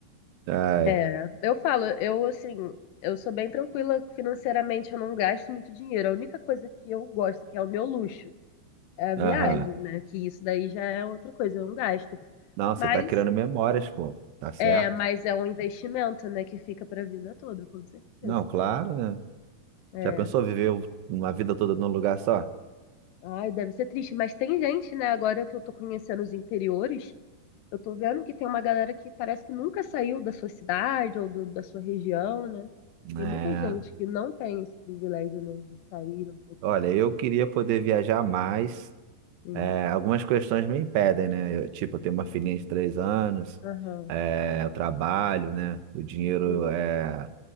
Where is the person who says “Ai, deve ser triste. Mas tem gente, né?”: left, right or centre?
Left